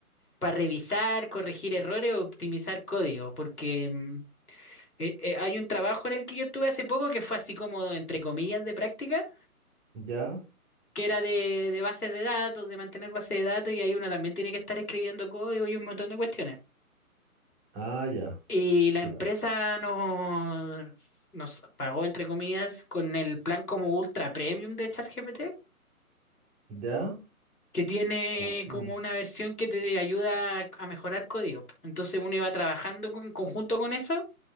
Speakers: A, on the left; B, on the right.
A: revisar, corregir errores, optimizar código, porque mm, eh, eh, hay un trabajo en el que yo estuve hace poco que fue así como, entre comillas, de práctica,
B: Ya,
A: que era de, de bases de datos, de mantener bases de datos, y ahí uno también tiene que estar escribiendo código y un montón de cuestiones.
B: ah, ya,
A: Y la empresa
B: ya,
A: nos, nos pagó, entre comillas, con el plan como ultra premium de ChatGPT.
B: ya.
A: que tiene
B: Qué bueno.
A: como una versión que te ayuda a mejorar código. Entonces uno iba trabajando con- en conjunto con eso,